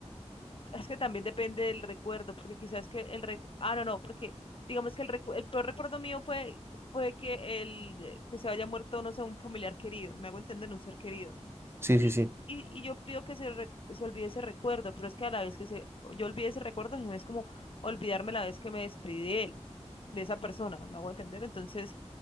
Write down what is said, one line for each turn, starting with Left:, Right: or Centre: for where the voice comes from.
Left: Es que también depende del recuerdo, porque quizás que el re... Ah, no, no, porque digamos que el, recu- el peor recuerdo mío fue, fue que, el, que se haya muerto, no sé, un familiar querido, me hago entender, un ser querido.
Right: Sí,
Left: Y,
Right: sí, sí,
Left: y, y yo pido que se, re- se olvide ese recuerdo, pero es que a la vez que se, yo olvide ese recuerdo, no es como olvidarme la vez que me despedí de él, de esa persona, ¿me hago entender? Entonces,